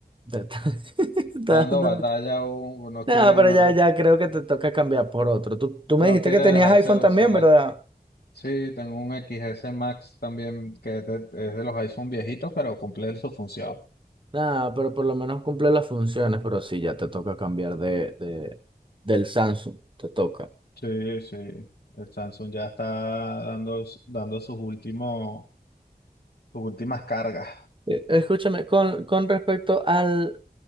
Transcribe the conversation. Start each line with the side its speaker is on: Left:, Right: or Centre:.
Right: Te está- <laughs> está
Left: Está dando
Right: dando-
Left: batalla, uh, no
Right: No,
Left: quiere,
Right: pero
Left: no,
Right: ya, ya creo que te toca cambiar por otro. Tú, tú me
Left: no
Right: dijiste
Left: quiere
Right: que tenías
Left: dejarse
Right: iPhone
Left: de
Right: también,
Left: usar.
Right: ¿verdad?
Left: Sí, tengo un X S Max también que es de, es de los iPhone viejitos, pero cumple su función.
Right: Nada, pero por lo menos cumple las funciones, pero sí, ya te toca cambiar de, de- del Samsung, te toca.
Left: Sí, sí. El Samsung ya está dando, dando sus últimos, sus últimas cargas.
Right: Eh, Escúchame, con, con respecto al,